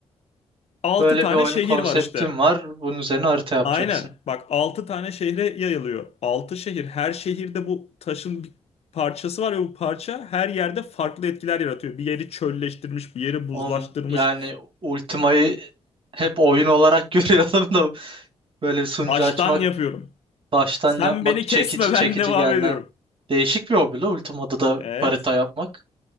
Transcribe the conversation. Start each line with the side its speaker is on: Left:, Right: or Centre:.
Left: 6
Right: Böyle
Left: tane
Right: bir oyunun
Left: şehir
Right: konseptim
Left: var işte.
Right: var. Bunun üzerine harita yapacaksın.
Left: Aynen bak 6 tane şehre yayılıyor. 6 şehir her şehirde bu taşın bir parçası var ve bu parça her yerde farklı etkiler yaratıyor. Bir yeri çölleştirmiş, bir yeri buzlaştırmış.
Right: Oğlum, yani Ultima'yı hep oyun olarak <laughs> görüyordum da böyle bir sunucu
Left: Baştan
Right: açmak,
Left: yapıyorum.
Right: baştan
Left: Sen
Right: yapmak
Left: beni kesme
Right: çekici çekici
Left: ben devam
Right: geldi
Left: ediyorum.
Right: ha. Değişik bir hobi la Ultima'da da
Left: Evet.
Right: harita yapmak.